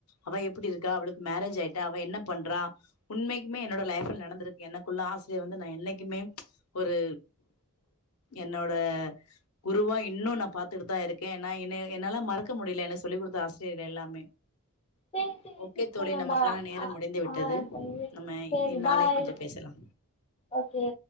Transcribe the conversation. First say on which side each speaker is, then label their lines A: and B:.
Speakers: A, on the left (about 70°); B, on the left (about 25°).
A: அவ எப்டி இருக்கா அவளுக்கு மேரேஜ் ஆயிட்டா அவ என்ன பண்றா உண்மைக்குமே என்னோட லைஃப்ல நடந்திருக்கு என்ன க்குள்ள ஆசிரியர் வந்து நா என்னைக்குமே ஒரு என்னோட குருவா இன்னு நா பாத்துட்டு தா இருக்கே ஏனா என்ன என்னால மறக்க முடில எனக்கு சொல்லிக் கொடுத்த ஆசிரியர்கள் எல்லாமே
B: சேரி சேரி
A: ஓகே
B: சிஸ்டர்
A: தோழி
B: நம்ப
A: நமக்கான நேரம்
B: ஆ
A: முடிந்து விட்டது
B: ஆ சொல்லுங்க.
A: நம்ம
B: சேரி
A: இ நாளைக்
B: பாய்
A: கொஞ்ச பேசலா
B: ஓகே